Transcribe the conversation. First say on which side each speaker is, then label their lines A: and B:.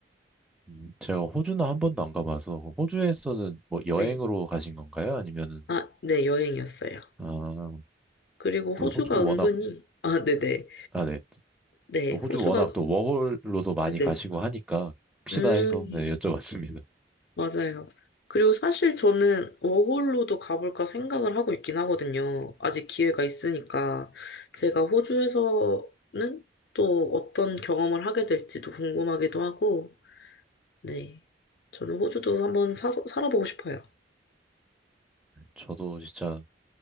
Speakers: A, in the centre; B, on the left.
A: 음, 제가 호주는 한 번도 안 가봐서, 그럼 호주에서는 뭐 여행으로
B: 네.
A: 가신 건가요? 아니면은,
B: 아, 네, 여행이었어요.
A: 아,
B: 그리고 호주가
A: 또 호주 워낙
B: 은근히, 아, 네네.
A: 아, 네.
B: 네,
A: 호주
B: 호주가,
A: 워낙 또 워홀로도 많이
B: 네.
A: 가시고 하니까 혹시나
B: 음,
A: 해서 네, 여쭤봤습니다.
B: 맞아요. 그리고 사실 저는 워홀로도 가볼까 생각을 하고 있긴 하거든요. 아직 기회가 있으니까. 제가 호주에서는 또 어떤 경험을 하게 될지도 궁금하기도 하고, 네. 저는 호주도 한번 사, 살아보고 싶어요.
A: 저도 진짜